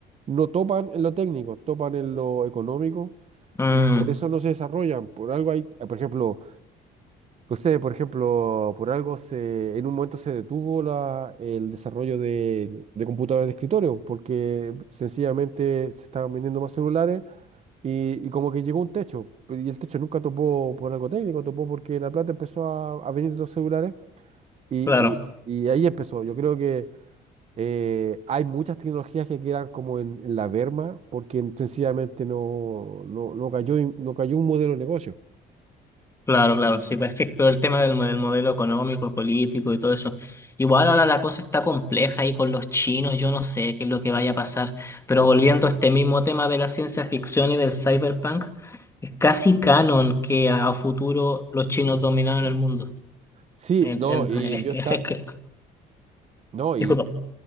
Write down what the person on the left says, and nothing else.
mm,
claro.
Claro, claro, sí, pues es que todo el tema del, mo- del modelo económico, político y todo eso. Igual ahora la cosa está compleja y con los chinos, yo no sé qué es lo que vaya a pasar, pero volviendo a este mismo tema de la ciencia ficción y del cyberpunk, es casi canon que a, a futuro los chinos dominaron el mundo.
En-
en-
es
que,
es que,
disculpa.